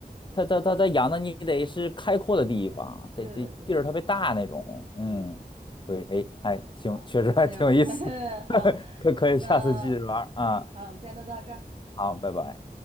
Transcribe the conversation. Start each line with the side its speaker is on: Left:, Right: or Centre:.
Right: 对，
Left: 它它它它养的你得是开阔的地方，
Right: 对对对，
Left: 得得地儿特别大那种，嗯，
Right: 嗯，
Left: 对，哎，还行，
Right: 对，好，
Left: 确实还挺有意思，
Right: 行，<laughs> 好，
Left: <laughs> 可可以下次继续玩儿啊，
Right: 那嗯，好，我们今天都到这儿。
Left: 好，拜拜。